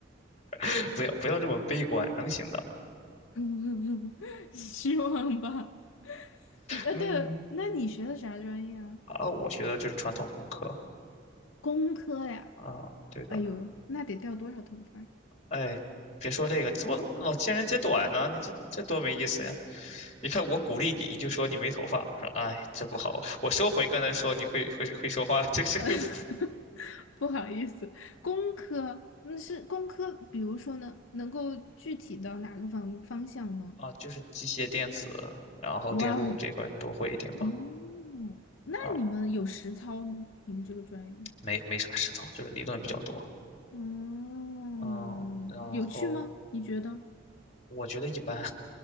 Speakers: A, on the left (about 35°); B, on the left (about 85°).
A: <laughs> 不要不要这么悲观，能行的。
B: <laughs> 希望吧。你啊，
A: 嗯。
B: 对，那你学的啥专业啊？
A: 啊，我学的就是传统工科
B: 工科呀。
A: 啊，对的。
B: 哎呦，那得掉多少头发呀
A: 哎，别说这个，你怎么老见人揭短呢？你这这多没意思呀！你看我鼓励你，你就说你没头发，我说哎，这不好，我收回刚才说你会会会说话，这个这个不
B: <laughs> 不好意思，工科那是工科，比如说呢，能够具体到哪个方方向呢？
A: 啊，就是机械电子，然后电路这块儿都会一点吧。
B: 哇哦，哦，那你们有实操吗？
A: 啊，
B: 你们这个专业？
A: 没没啥实操，就是理论比较多。
B: 嗯，
A: 嗯，然后
B: 有趣吗？你觉得？
A: 我觉得一般，